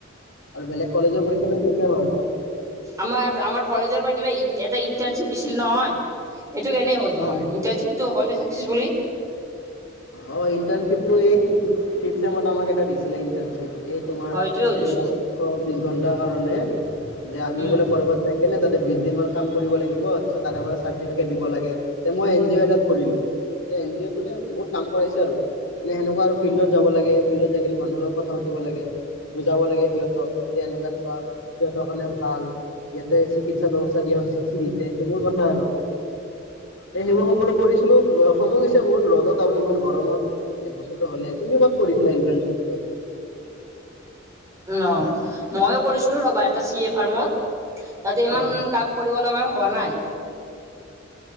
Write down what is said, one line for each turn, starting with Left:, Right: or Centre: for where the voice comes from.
Left: আৰু বেলেগ কলেজৰ পৰীক্ষাটো শেষেই হ'ল।
Right: আমাৰ-আমাৰ কলেজৰ পৰা কিবা, ‌এটা ইন্টাৰ্ণশ্বিপ দিছিল নহয়! সেইটো কেনেই হ'ল তোমাৰ?
Left: অ
Right: ইণ্টাৰনশ্বিপটো হ'ল নে চাক্সেছফুলি?
Left: অ' ইণ্টাৰ্ণশ্বিপটো এই ফিফট চেমত এটা দিছে। দিছিলে ইণ্টাৰ্ণশ্বিপ। এই তোমাৰ
Right: হয় এইটোৱে সুধিছো
Left: এই <unintelligible> ঘণ্টাৰ কাৰণে। যে আমি
Right: উম
Left: বোলে ক'ৰবাত যাই কেনে তাতে বিশ দিনমান কাম কৰিব লাগিব। তাৰপিছত তাৰেপৰা চাৰ্টিফিকেট দিব লাগে। মই এনজিঅ' এটাত কৰিলো। তাতে এনজিঅ' ত মানে বহুত কাম কৰাইছে আৰু। মানে সেনেকুৱা আৰু ফিল্ডত যাব লাগে, ফিল্ডত যাই কিনে মানুহৰ লগত কথা পাতি ব লাগে, বুজাব লাগে সিহঁতক। যে এনেকুৱা এনেকুৱা, সিহঁতৰ কাৰণে ভাল। সিহঁতে চিকিৎ ব্যৱস্থা দিয়া হৈছে ফ্ৰীতে, সেইবোৰ কথা আৰু। এ সেইবোৰ সকলো কৰিছিলো বহুত ৰ'দত আৰু ইমান গৰমত, এক বছৰো হ'লেই। তুমি ক'ত কৰিছিলা ইন্টাৰনশ্বিপটো?
Right: অ' মইয়ো কৰিছিলো ৰ'বা এটা চিএ ফাৰ্মত। তাতে ইমান
Left: অ
Right: কাম কৰিব লগা হোৱা নাই।